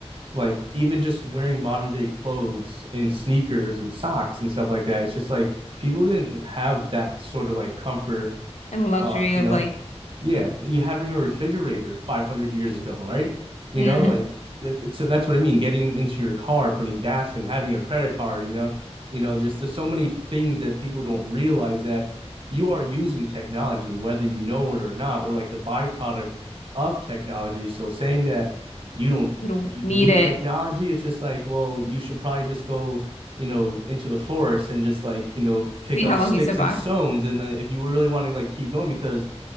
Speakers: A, on the right; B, on the left.
A: like even just wearing modern day clothes and sneakers and socks and stuff like that. It's just like people didn't have that sort of like comfort,
B: And luxury
A: uh,
B: of
A: you know,
B: like,
A: yeah, you having a refrigerator 500 years ago, right?
B: mhm,
A: You know, like that- so that's what I mean. Getting into your car, putting gas in, having a credit card, you know, you know, just there's so many things that people don't realize that you are using technology, whether you know it or not, or like the byproduct of technology. So saying that you don't
B: you don't
A: you
B: need
A: need
B: it.
A: technology, it's just like, well, you should probably just go, you know, into the forest and just like, you know, pick
B: see how
A: up
B: long
A: sticks
B: you survive.
A: and stones. And uh, if you really want to like keep going, because